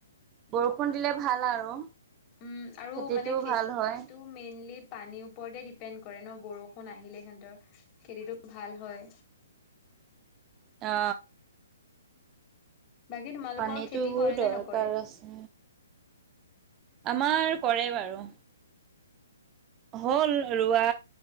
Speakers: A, on the right; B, on the left.
A: বৰষুণ দিলে ভাল আৰু।
B: উম, আৰু
A: খেতিটো
B: মানে খেতিটো।
A: ভাল হয়।
B: মেইনলি পানীৰ ওপৰতে ডিপেণ্ড কৰে ন বৰষুণ আহিলে সিহঁতৰ। খেতিতো ভাল হয়।
A: অ।
B: বাকী তোমালোকৰ
A: পানীতো
B: খেতি কৰে
A: দৰকাৰ
B: নে নকৰে?
A: আছে। আমাৰ কৰে বাৰু। হ'ল ৰোৱা।